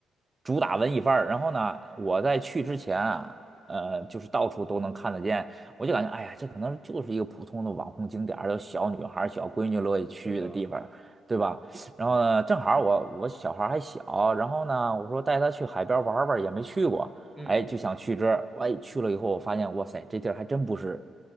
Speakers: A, on the right (about 25°); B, in the centre.
A: 主打文艺范儿。然后呢，我在去之前啊，呃，就是到处都能看得见，我就感觉哎呀，这可能就是一个普通的网红景点儿，有小女孩儿小闺女乐意去的地方，
B: 是的，
A: 对吧？然后呢，
B: 嗯
A: 正好我我小孩儿还小，然后呢，我说带她去海边玩儿玩儿也没去过。
B: 嗯
A: 哎，就想去这儿。哎，去了以后，我发现，哇塞，这地儿还真不是，